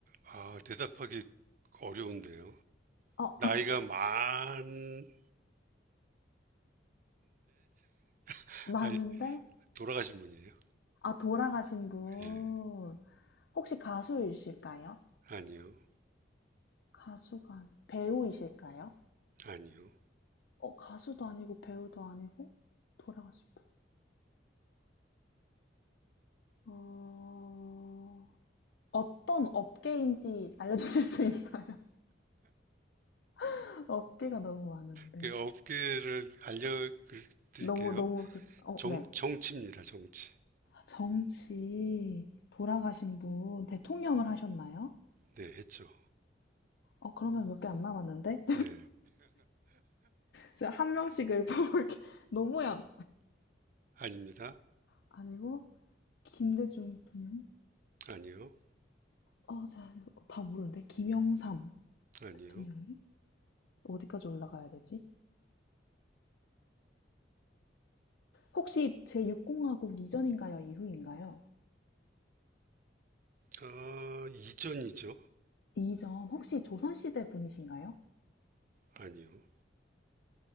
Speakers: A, on the right; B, on the left.
A: 아, 대답하기 어려운데요.
B: 어,
A: 나이가 많은데, <laughs>
B: <laughs> 많은데?
A: 아, 돌아가신 분이에요?
B: 아, 돌아가신 분.
A: 예.
B: 혹시 가수이실까요?
A: 아니요.
B: 가수가 아니, 배우이실까요?
A: 아니요.
B: 어, 가수도 아니고 배우도 아니고 돌아가신 분. 어, 어떤 업계인지 알려주실 수 있나요? <laughs> 업계가 너무 많은데.
A: 그 업계를 알려드릴게요.
B: 너무, 너무, 그, 어,
A: 정,
B: 네.
A: 정치입니다, 정치.
B: 정치 돌아가신 분 대통령을 하셨나요?
A: 네, 했죠.
B: 어, 그러면 몇 개 안 남았는데?
A: 네.
B: <laughs> 제가 한 명씩 을뽑볼게 <laughs> 노무현.
A: 아닙니다.
B: 아니고, 김대중 대통령?
A: 아니요.
B: 어, 자, 다 모르는데. 김영삼
A: 아니요.
B: 대통령님? 어디까지 올라가야 되지? 혹시 제6공화국 이전인가요? 이후인가요?
A: 아, 이전이죠.
B: 이전, 혹시 조선시대 분이신가요?
A: 아니요.